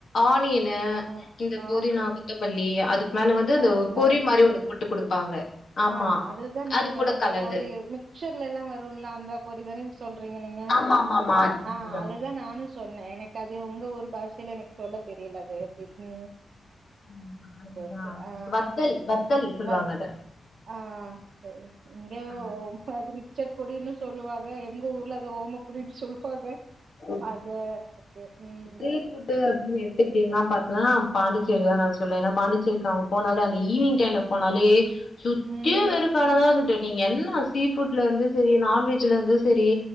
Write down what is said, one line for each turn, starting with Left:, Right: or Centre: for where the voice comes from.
Left: ஆனியனு
Right: ஆ
Left: இந்த
Right: ஆ
Left: புதினா கொத்தமல்லி அதுக்கு மேல வந்து இந்த
Right: அதுக்கு ம
Left: பொரி மாரி
Right: ஓகே
Left: ஒண்ணு போட்டு குடுப்பாங்க ஆமா
Right: ஆ அதுதான் நான்
Left: அது
Right: சொன்ன
Left: கூட
Right: இந்த
Left: கலந்து
Right: பொரி மிக்சர்லலாம் வருன்ல அந்த பொரிதானே சொல்றீங்க நீங்க
Left: ஆமாமாமா அதுதா
Right: ஆ
Left: அதுதா
Right: அத அதான் நானும் சொன்னேன் எனக்கு அது உங்க ஊரு பாஷையில எனக்கு சொல்ல தெரில எப்டினு
Left: ஆ
Right: ஓகே
Left: அதுதா
Right: ஓகே ஆ
Left: வத்தல் வத்தல் சொல்லுவாங்க
Right: வர்
Left: அத
Right: ஆ சேரி சேரி இங்க
Left: ஆ
Right: ஓ அங்க அது மிக்சர் பொடினு சொல்லுவாங்க எங்க ஊர்ல அது ஓம பொடினு சொல்லுவாங்க
Left: ஆ.
Right: அது ஓகே ம்
Left: ஸ்ட்ரீட் ஃபுட்டு அப்டின்னு எடுத்துக்கிட்டீங்கன்னா பாத்தீன்னா பாண்டிேரி தான் நா சொல்லுவன் ஏன்னா பாண்டச்சேரிக்கு அவுங்க போனாலே அந்த ஈவினிங் டைம்ல போனாலே சுத்தி
Right: ம்
Left: வெறு கடதான் இருந்தது நீங்க என்ன சீஃபுட்ல இருந்து செரி நான்வெஜ்ல இருந்து செரி